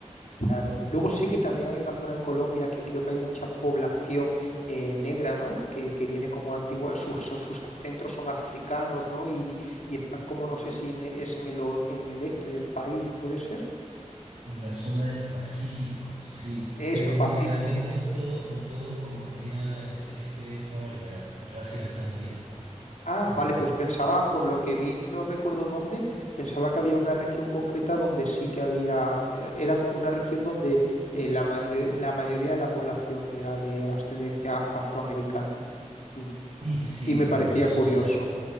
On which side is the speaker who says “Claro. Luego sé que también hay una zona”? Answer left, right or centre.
Left